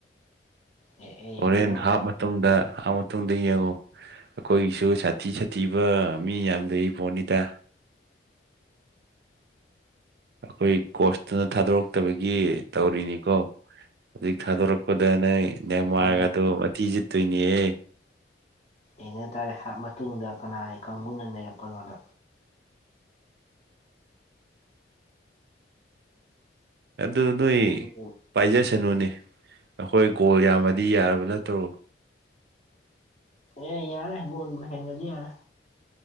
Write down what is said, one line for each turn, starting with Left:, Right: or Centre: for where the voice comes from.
Left: ꯑꯦ ꯑꯦ
Right: ꯍꯣꯔꯦꯟ
Left: ꯌꯦꯡꯉꯨ ꯌꯦꯡꯉꯨ
Right: ꯍꯥꯞ ꯃꯇꯨꯡꯗ ꯍꯥꯞ ꯃꯇꯨꯡꯗ ꯌꯦꯡꯉꯨ ꯑꯩꯈꯣꯏꯒꯤꯁꯨ ꯁꯥꯊꯤ ꯁꯥꯊꯤꯕ ꯃꯤ ꯌꯥꯝ ꯂꯩꯔꯤ ꯄꯣꯠꯅꯤꯇ ꯑꯩꯈꯣꯏ ꯀꯣꯆꯇꯨꯅ ꯊꯥꯗꯣꯔꯛꯇꯕꯒꯤ ꯇꯧꯔꯤꯅꯤꯀꯣ ꯑꯗꯩ ꯊꯥꯗꯣꯔꯛꯄꯗ ꯅꯣꯏ ꯅꯦꯃꯥꯔꯒꯗꯣ
Left: ꯖꯄꯥꯟꯅ
Right: ꯃꯊꯤ ꯆꯠꯇꯣꯏꯅꯤꯍꯦ
Left: ꯌꯦꯡꯅ ꯇꯥꯔꯦ ꯍꯥꯞ ꯃꯇꯨꯡꯗ ꯀꯅꯥꯏ ꯀꯥꯡꯕꯨꯅ ꯅꯩꯔꯛꯄꯅꯣꯗ
Right: <inaudible> ꯑꯗꯨ ꯅꯣꯏ
Left: ꯑꯗꯨꯕꯨ
Right: ꯄꯥꯏꯖꯁꯅꯨꯅꯦ ꯑꯩꯈꯣꯏ ꯒꯣꯜ ꯌꯥꯝꯃꯗꯤ ꯌꯥꯔꯕ ꯅꯠꯇ꯭ꯔꯣ
Left: ꯑꯦ ꯌꯥꯔꯦ ꯒꯣꯜꯕꯨ ꯍꯦꯟꯒꯗꯤ ꯌꯥꯔꯦ